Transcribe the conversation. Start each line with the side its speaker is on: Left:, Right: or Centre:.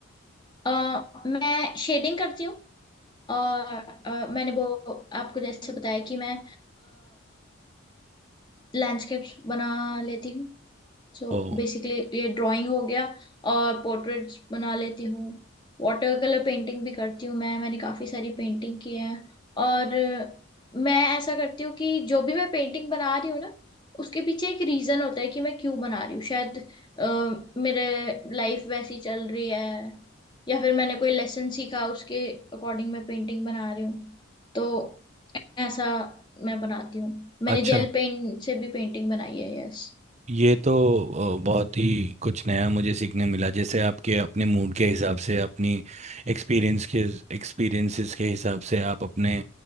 Left: अ, मैं शेडिंग करती हूँ और अ, मैंने वो आपको जैसे बताया कि मैं लैंडस्केप्स बना लेती हूँ सो
Right: ओ
Left: बेसिकली ये ड्राइंग हो गया और पोर्ट्रेट्स बना लेती हूँ वाटर कलर पेंटिंग भी करती हूँ मैं मैंने काफ़ी सारी पेंटिंग की है और मैं ऐसा करती हूँ कि जो भी मैं पेंटिंग बना रही हूँ ना उसके पीछे एक रीज़न होता है कि मैं क्यों बना रही हूँ शायद अ, मेरे लाइफ वैसी चल रही है या फिर मैंने कोई लेसन सीखा उसके अकॉर्डिंग मैं पेंटिंग बना रही हूँ तो ऐसा मैं बनाती हूँ मैंने
Right: अच्छा
Left: जेल पेन से भी पेंटिंग बनाई है यस
Right: ये तो अ, बहुत ही कुछ नया मुझे सीखने मिला जैसे आपके अपने मूड के हिसाब से अपनी एक्सपीरियंस के एक्सपीरियंसेस के हिसाब से आप अपने